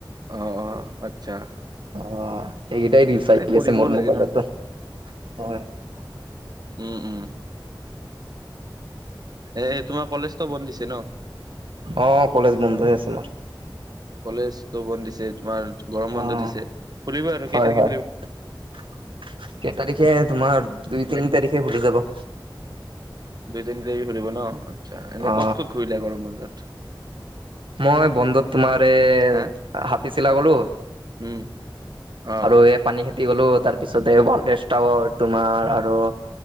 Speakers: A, on the right; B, on the right.
A: অঁ! আচ্ছা। <inaudible>
B: অ! এইকেইটাই ৰিলছ
A: আৰে
B: আহি
A: কৰিবও
B: আছে মোৰ
A: লাগে
B: মোবাইলতো।
A: না
B: হয়। <inaudible>
A: উম-উম। <inaudible> এ তোমাৰ কলেজতো বন্ধ দিছে ন? <inaudible>
B: অঁ! কলেজ বন্ধ হৈ আছে মোৰ। <inaudible>
A: কলেজতো বন্ধ দিছে তোমাৰ গৰম
B: অ
A: বন্ধ দিছে। খুলিব আৰু কেই
B: হয়
A: তাৰিখে
B: হয়
A: খুলিব? <unintelligible>
B: <inaudible> কেই তাৰিখে তোমাৰ দুই-তিনি
A: এক
B: তাৰিখে খুলি যাব।
A: দুই-তিনি তাৰিখে খুলিব ন। আচ্ছা! এনে
B: অ
A: ক'ত-ক'ত ঘূৰিলা গৰমত? <inaudible>
B: মই বন্ধত তোমাৰ এ
A: হা
B: হাতী চিলা গলোঁ। <inaudible>
A: উম! <inaudible> অ',
B: আৰু এই পানী খেতি গলো তাৰ পিছত এই ৱালজ টাৱাৰ তোমাৰ আৰু <inaudible>